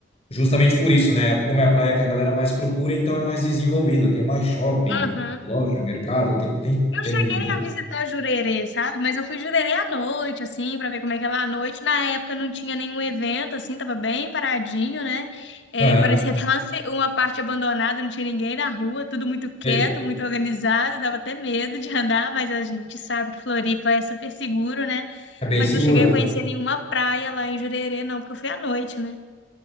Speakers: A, on the left; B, on the left.
A: Justamente por isso, né? Como é a praia que a galera mais procura, então é mais desenvolvido, tem mais shopping,
B: Uhum.
A: loja, mercado, tem, tem,
B: Eu
A: tem,
B: cheguei
A: tem.
B: a visitar Jurerê, sabe? Mas eu fui Jurerê à noite, assim, pra ver como é que é lá à noite. Na época não tinha nenhum evento, assim, tava bem paradinho, né? É,
A: Aham.
B: <laughs> parecia até uma, ce- uma parte abandonada, não tinha ninguém na rua, tudo muito quieto,
A: É,
B: muito organizado, dava até medo de <laughs> andar, mas a gente sabe que Floripa é super seguro, né?
A: é bem
B: Mas
A: seguro,
B: não cheguei
A: é.
B: a conhecer nenhuma praia lá em Jurerê, não, porque eu fui à noite, né?